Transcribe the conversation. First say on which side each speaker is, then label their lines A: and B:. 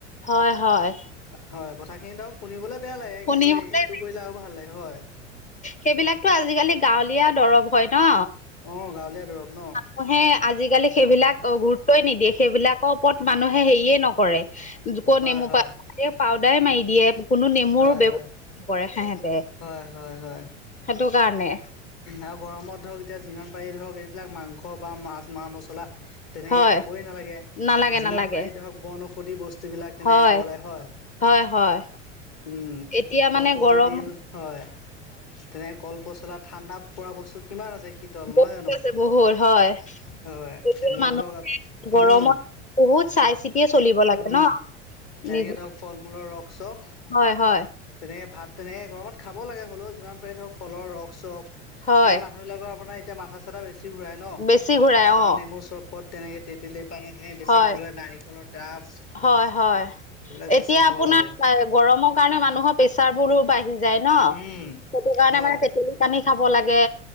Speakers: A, on the left; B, on the left.
A: হয় হয়।
B: হয়। কথাখিনি ধৰক শুনিবলে বেয়া লাগে
A: শুনিবলৈ
B: কিন্তু সে এইটো কৰিলে আৰু ভাল লাগে হয়।
A: সেইবিলাকতো আজিকালি গাঁৱলীয়া দৰৱ হয় ন।
B: অ', গাঁৱলীয়া দৰৱ ন।
A: মানুহে আজিকালি সেইবিলাক গুৰুত্বই নিদিয়ে। সেইবিলাকৰ ওপৰত মানুহে হেৰিয়ে নকৰে।
B: হয়
A: নেমু
B: হয়
A: পা পাউদাৰে মাৰি দিয়ে কোনো নেমুৰ
B: হয়
A: ব্যৱহাৰ
B: হয়
A: নকৰে সেহেঁতে।
B: হয় হয় হয়।
A: সেইটো কাৰণে
B: আৰু গৰমত ধৰক এতিয়া যিমান পাৰি ধৰক এইবিলাক মাংস বা মাছ মা-মছলা- তেনেকে
A: হয়
B: খাবই নালাগে।
A: নালাগে
B: যিমান
A: নালাগে
B: পাৰি ধৰক বনঔষধি বস্তু বিলাক তেনেকে
A: হয়
B: খাব লাগে হয়।
A: হয় হয়
B: উম
A: এতিয়া
B: ত
A: মানে
B: কলডিল-
A: গৰম
B: হয়, তেনেকে কল পচলা ঠাণ্ডা পৰা বস্তু - কিমান আছে শীতল
A: বহুত
B: নহয় জানো,
A: আছে বহুত হয়
B: হয়
A: এতিয়া
B: তেনেকে
A: মানুহ
B: ধৰক
A: গৰমত
B: উম।
A: বহুত চাই চিতিয়ে চলিব লাগে
B: উম
A: ন।
B: তেনেকে
A: নিজ
B: ধৰক ফল মূলৰ ৰস চস
A: হয় হয়
B: - তেনেকে ভাত তেনেকে গৰমত খাব লাগে, হ'লেও যিমান পাৰি ধৰ ফলৰ ৰস চস মানে
A: হয়
B: ম মানুহবিলাকৰ আপোনাৰ এতিয়া মাথা-চাথা বেছি ঘূৰাই ন,
A: বেছি ঘূৰাই
B: আপোনাৰ
A: অ
B: নেমুৰ চৰবত, তেনেকে তেতেলীৰ পানী, তেনে বেছি
A: হয়
B: খাব লাগে নাৰিকলৰ ডাব
A: হয় হয়,
B: এইবিলাক বেছি
A: এতিয়া
B: খাব
A: আপোনাৰ
B: লাগে
A: গৰমৰ কাৰণে মানুহৰ প্ৰেচাৰ বোৰো বাঢ়ি - যায় ন সেইটো
B: উম
A: কাৰণে
B: হয়
A: মানে- তেতেলী। পানী খাব লাগে,